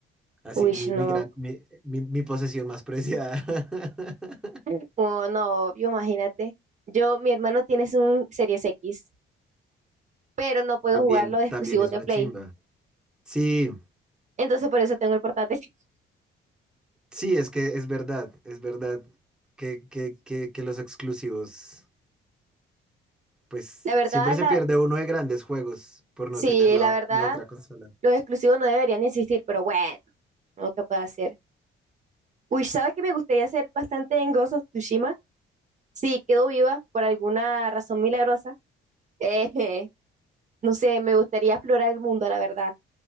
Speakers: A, in the centre; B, on the right (about 35°).
A: Así,
B: Uy,
A: mi,
B: no.
A: mi gran, mi, mi, mi posesión más preciada. <laughs>
B: <laughs> Oh, no, yo imagínate. Yo, mi hermano tiene un Series X pero no puedo
A: También,
B: jugar los exclusivos
A: también es
B: de
A: una
B: Play.
A: chimba. Sí,
B: Entonces por eso tengo el portátil. <laughs>
A: sí, es que es verdad, es verdad que, que, que, que los exclusivos, pues
B: La verdad,
A: siempre se
B: la,
A: pierde uno de grandes juegos por
B: sí,
A: no tener la,
B: la verdad,
A: la otra consola.
B: los exclusivos no deberían existir, pero bueno, no que puedo hacer. Uy, ¿sabes que me gustaría hacer bastante en Ghost of Tsushima? Si quedo viva por alguna razón milagrosa, eh, <laughs> no sé, me gustaría explorar el mundo, la verdad,